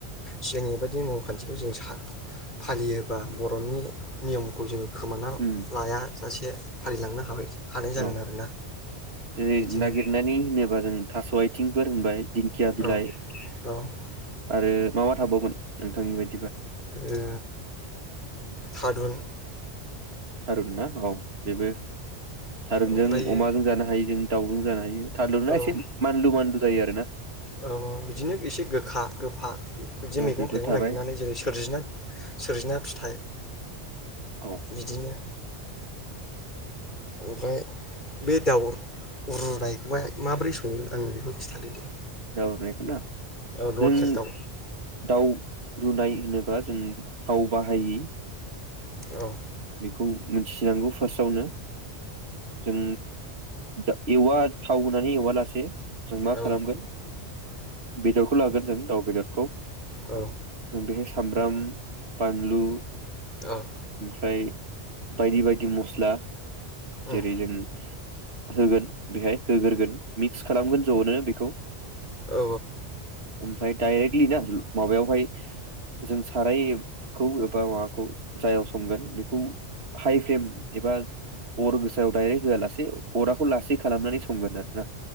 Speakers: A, on the left (about 45°); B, on the right (about 65°).
A: सिगांनि बादि नेयम खान्थिखौ जों फालियोबा बर'नि नियमखौ जों खोमाना
B: उम
A: लाया। सासे फारिलांनो हाबाय। हानाय जागोन
B: औ
A: आरोना
B: जेरै
A: बिदिनो
B: नागिरनानै होनोबा जों थास' आइथिं। फोरोंबाय दिंखिया बिलाइ।
A: औ औ ओ
B: आरो मा मा थाबावगोन नोंथांनि बाय
A: ए। थारुन।
B: थारुन ना औ बेबो थारुनजों
A: ओमफ्रायो
B: अमाजों जानो हायो जों। दाउजों जानो हायो। थारुना
A: औ
B: एसे मानलु मानलु जायो आरोना?
A: औ औ इदिनो एसे गोखा गोफा। बिदि
B: औ
A: मैगं
B: बेबो
A: थाइगं
B: थाबाय
A: नागिरनानै जेरै सोरजिना सोरजिना फिथाइ
B: औ
A: बिदिनो। ओमफ्राय बे दाउ रुनायखौहाय माबोरै सङो आंनो बेखौ खिन्थादों दे।
B: <inaudible> जों
A: औ लकेल दाउ
B: दाउ रुनाय होनोबा जों थाव बाहायै।
A: औ।
B: बेखौ मिथिनांगौ फार्स्टआवनो जों दा एवा थाव होनानै एववा लासे। जों मा
A: औ
B: खालामगोन। बेदरखौ लागोन जों दाउ बेदरखौ।
A: औ
B: जों बे सामब्रम बानलु।
A: उह
B: ओमफ्राय बायदि बायदि मस्ला। जेरै
A: उम
B: जों होगोन बेहाय होग्रोगोन। मिक्स खालामगोन ज'नो बेखौ।
A: औ
B: ओमफ्राय डायरेक्टलि माबायावहाय जों सारायखौ एबा माबाखौ जायाव संगोन। हाइ फेम। एबा अर गोसायाव डायरेक्ट होआ लासेै अरखौ लासै खालामनानै संगोन आरोना।